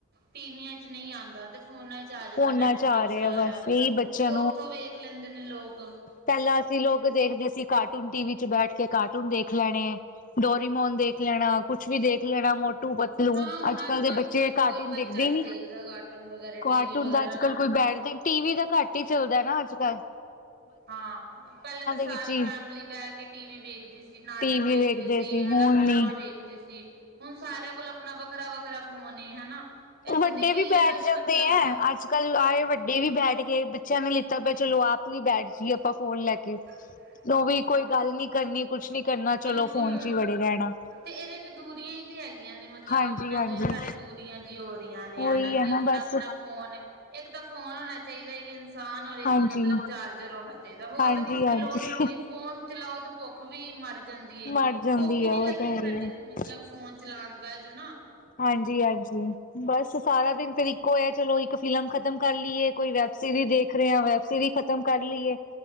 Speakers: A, on the right; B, on the left.
A: ਟੀਵੀਆਂ 'ਚ ਨਈ ਆਂਦਾ ਤੇ ਫੋਨਾਂ 'ਚ ਆ ਜਾਂਦਾ
B: ਫੋਨਾਂ
A: ਨੈਟਫਲਿਕਸ
B: ਚ ਆ ਰਹੇ
A: ਵਗੈਰਾ
B: ਆ ਬਸ
A: ਤੋਂ
B: ਇਹੀ ਬੱਚਿਆਂ
A: ਤੇ ਉੱਥੋਂ ਵੇਖ ਲੈਂਦੇ ਨੇ ਲੋਗ
B: ਪੈਲਾਂ ਅਸੀਂ ਲੋਕ ਦੇਖਦੇ ਸੀ ਕਾਰਟੂਨ ਟੀ ਵੀ 'ਚ ਬੈਠ ਕੇ ਕਾਰਟੂਨ ਦੇਖ ਲੈਣੇ। ਡੋਰੀਮੋਨ ਦੇਖ ਲੈਣਾ ਕੁਛ ਵੀ ਦੇਖ ਲੈਣਾ ਮੋ ਟੂ ਪਤਲੂ
A: ਹਾਂ ਹੁਣ
B: ਅੱਜ ਕੱਲ
A: ਕੱਲ੍ਹ
B: ਦੇ ਬੱਚੇ
A: ਕੌਣ
B: ਕਾਰਟੂਨ
A: ਕੋਈ ਬੱਚਾ
B: ਦੇਖਦੇ
A: ਨਹੀਂ
B: ਨੀ
A: ਦੇਖਦਾ ਕਾਰਟੂਨ ਵਗੈਰਾ ਟੀ
B: ਕਾਰਟੂਨ
A: ਵੀ ਵਗੈਰਾ
B: ਦਾ ਅੱਜ
A: ਨਾ
B: ਕੱਲ ਕੋਈ ਬੈਠਦੇ ਟੀ ਵੀ ਤਾਂ ਘੱਟ ਈ ਚੱਲਦਾ ਨਾ ਅੱਜ ਕੱਲ੍ਹ
A: ਹਾਂ ਪੈਲੇ ਤਾਂ ਸਾਰੀ
B: ਵਿੱਚ ਹੀ
A: ਫੈਮਲੀ ਬਹਿ ਕੇ ਟੀ ਵੀ ਵੇਖਦੀ ਸੀ ਨਾਟਕ
B: ਟੀਵੀ
A: ਵੇਖਦੀ।
B: ਦੇਖਦੇ
A: ਸੀ ਹਨਾ
B: ਹੁਣ
A: ਫਿਲਮਾਂ
B: ਨੀ
A: ਵੇਖਦੀ ਸੀ ਹੁਣ ਸਾਰਿਆਂ ਕੋਲ ਆਪਣਾ ਵੱਖਰਾ-ਵੱਖਰਾ ਫੋਨ ਹੇ ਹਨਾ। ਇੱਥੋਂ
B: ਵੱਡੇ
A: ਦੀ ਕੀ
B: ਵੀ ਬੈਠ
A: ਹੈ ਨਾ ਕਿ
B: ਜਾਂਦੇ
A: ਮਤਲਬ
B: ਐ ਅੱਜ ਕੱਲ ਆਏ ਵੱਡੇ ਵੀ ਬੈਠ ਗਏ ਬੱਚਿਆਂ ਨੇ ਲਿੱਤਾ ਪ ਚਲੋ ਆਪ ਵੀ ਬੈਠ ਜੀਏ ਆਪਾਂ ਫੋਨ ਲੈ ਕੇ।
A: <inaudible>
B: ਓ ਵੀ ਕੋਈ ਗੱਲ ਨੀ ਕਰਨੀ ਕੁਛ ਨੀ ਕਰਨਾ ਚਲੋ
A: ਬਿਲਕੁਲ
B: ਫੋਨ 'ਚ ਹੀ ਵੜੇ ਰੈਂਣਾ।
A: ਤੇ ਇਹਦੇ 'ਚ ਦੂਰੀਆਂ ਈ ਤੇ ਹੈਗੀਆਂ ਨੇ ਮਤਲਬ
B: ਹਾਂਜੀ
A: ਆਪਣਿਆਂ
B: ਹਾਂਜੀ
A: ਤੋਂ ਈ ਸਾਡੇ ਦੂਰ ਰੀਆਂ ਵੀ ਹੋ ਰਈਆਂ ਨੇ
B: ਉਹੀ
A: ਹਨਾ ਕਿ
B: ਹੈ ਨਾ
A: ਆਪਣਾ-ਆਪਣਾ
B: ਬਸ
A: ਫੋਨ ਏ। ਇੱਕ ਤਾਂ ਫ਼ੋਨ ਹੋਣਾ ਚਾਈਦਾ ਇੱਕ ਇਨਸਾਨ ਔਰ ਇੱਕ
B: ਹਾਂਜੀ
A: ਮਤਲਬ ਚਾਰਜਰ ਹੋਣਾ ਚਾਈਦਾ ਹੋਰ
B: ਹਾਂਜੀ
A: ਤਾਂ ਕਿਸੇ
B: ਹਾਂਜੀ
A: ਦੀ ਲੋੜ ਈ ਨਈ ਏ। ਫੋਨ ਚਲਾਓ ਤਾਂ ਭੁੱਖ ਵੀ ਮਰ ਜਾਂਦੀ ਏ
B: ਮਰ ਜਾਂਦੀ
A: ਭੁੱਖ ਹੀ ਨੀ
B: ਆ ਉਹ
A: ਲੱਗਦੀ
B: ਤਾਂ
A: ਸਾਡੀ
B: ਹੈ ਹੀ ਹੈ।
A: ਮਤਲਬ ਫੋਨ ਚਲਾਣ ਬੈ ਜਾਨਾ।
B: ਹਾਂਜੀ-ਹਾਂਜੀ ਬਸ ਸਾਰਾ ਦਿਨ ਫਿਰ ਇੱਕੋ ਹੈ ਚਲੋ ਇੱਕ ਫ਼ਿਲਮ ਖਤਮ ਕਰ ਲਈਏ। ਕੋਈ ਵੈਬਸੀਰੀ ਦੇਖ ਰਏ ਹਾਂ ਵੈਬਸੀਰੀ ਖ਼ਤਮ ਕਰ ਲਈਏ